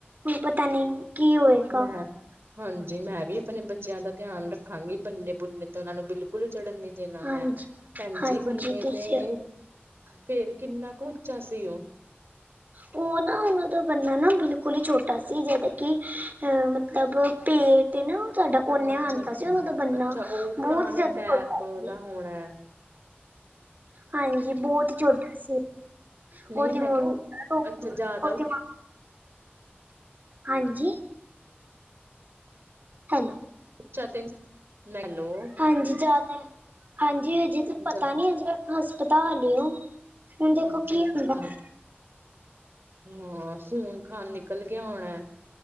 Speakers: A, on the right; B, on the right.
A: ਹੁਣ ਪਤਾ ਨਹੀਂ, ਕੀ ਹੋਏਗਾ
B: ਮੈਂ, ਹਾਂਜੀ ਮੈਂ ਵੀ ਆਪਣੇ ਬੱਚਿਆਂ ਦਾ ਧਿਆਨ ਰੱਖਾਂਗੀ ਬੰਨੇ ਬੁਨੇ ਤੇ ਉਹਨਾਂ ਨੂੰ ਬਿਲਕੁਲ ਚੜ੍ਹਨ ਨਈ ਦੇਣਾ
A: ਹਾਂਜੀ
B: ਮੈਂ ਭੈਣ
A: ਹਾਂਜੀ
B: ਜੀ ਬੰਨੇ
A: ਤੁਸੀਂ
B: ਤੇ, ਫੇਰ ਕਿੰਨਾ ਕੁ ਉੱਚਾ ਸੀ ਉਹ
A: ਉਹ ਨਾ ਉਹਨਾਂ ਦਾ ਬਨਾ ਨਾ ਬਿਲਕੁਲ ਹੀ ਛੋਟਾ ਸੀ, ਜਦੋਂ ਕਿ ਅਹ ਮਤਲ ਮਤਲਬ ਪੇਟ ਏ ਨਾ। ਤੁਹਾਡਾ
B: ਹੂੰ
A: ਓਨਿਆ
B: ਅੱਛਾ
A: ਆਉਂਦਾ
B: ਅੱਛਾ
A: ਸੀ ਉਹਨਾਂ ਦਾ ਬੰਨਾ
B: ਅੱਛਾ ਉਹ
A: ਬਹੁਤ
B: ਪੁਰਾਣੇ
A: ਜ਼ਿਆਦਾ
B: ਟੈਪ
A: ਛੋਟਾ ਸੀ।
B: ਦਾ ਹੋਣਾ ਏ।
A: ਹਾਂਜੀ ਬਹੁਤ ਈ ਛੋਟਾ ਸੀ,
B: ਨਹੀਂ
A: ਉਹਦੀ
B: ਮੈਂ
A: ਮੰਮੀ
B: ਕਿਹਾ
A: ਉਹਦੀ
B: ਅੱਛਾ ਜ਼ਿਆਦਾ
A: ਹਾਂਜੀ। ਹੈਲੋ।
B: <unintelligible> ਲੈ ਲਓ
A: ਹਾਂਜੀ ਜ਼ਿਆਦਾ, ਹਾਂਜੀ ਹਜੇ ਤੇ
B: ਅੱਛਾ
A: ਪਤਾ ਨੀ ਹਜੇ ਹਸਪਤਾਲ ਏ ਓਹ। ਹੁਣ ਦੇਖੋ
B: ਅੱਛਾ
A: ਕੀ ਹੁੰਦਾ।
B: ਹਾਂ ਖੂਨ -ਖਾਾਨ ਨਿਕਲ ਗਿਆ ਹੋਣਾ।